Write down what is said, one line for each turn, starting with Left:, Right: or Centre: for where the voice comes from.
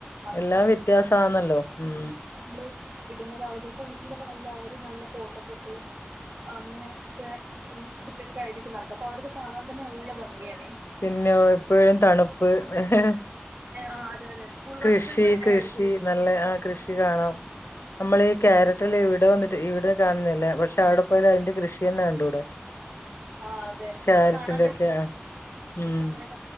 Right: വസ്ത്ര
Left: എല്ലാം വ്യത്യാസാന്നല്ലോ ഉം
Right: നമ്മള് ഇടുന്നത അവ ചിലപ്പോ ഊട്ടയിലൊക്കെ നല്ല ഒരു നല്ല കോട്ടൊക്കെ ഇട്ട് അങ്ങനെത്തെ ഉം ഇട്ടിട്ടായിരിക്കും നടക്ക. അപ്പൊ അവരത് കാണാൻ തന്നെ നല്ല ഭംഗിയാണേ
Left: പിന്യോ എപ്പഴും തണുപ്പ് വേ
Right: ആ അതെ അതെ സ്കൂൾ
Left: കൃഷി
Right: വസ്ത്രങ്ങൾ വരെ
Left: കൃഷി
Right: അവരത്
Left: നല്ല ആ കൃഷി കാണാം നമ്മളീ ക്യാരറ്റ് ട്ടെല്ല ഇഇടെ വന്നിട്ട് ഇവിടെന്ന് കാണുന്നില്ല പക്ഷെ ആവിടെ പോയാല് അതിന്റെ കൃഷി തന്നെ കണ്ടൂടെ
Right: ആ അതെ
Left: ക്യാരറ്റിന്റെ
Right: സാനന്ദ
Left: ഒക്കെ ആ ഉം
Right: ഇങ്ങനെ